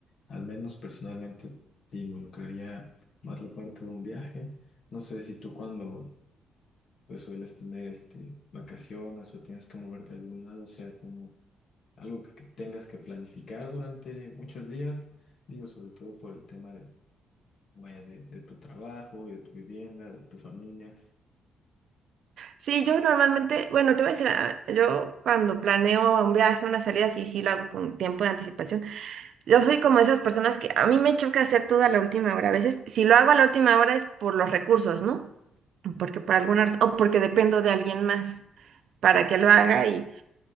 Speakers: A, on the left; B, on the right.
A: Al menos personalmente te involucraría más la parte de un viaje. No sé si tú cuando pues, sueles tener este, vacaciones o tienes que moverte a algún lado, o sea, como algo que que tengas que planificar durante muchos días, digo, sobre todo por el tema de, vaya, de, de tu trabajo, y de tu vivienda, de tu familia.
B: Sí, yo normalmente, bueno, te voy a decir, ah, yo cuando planeo un viaje, una salida, sí, sí lo hago con tiempo de anticipación. Yo soy como esas personas que a mí me choca hacer todo a la última hora. A veces, si lo hago a la última hora es por los recursos, ¿no? Porque por alguna razón, o porque dependo de alguien más para que lo haga. Y,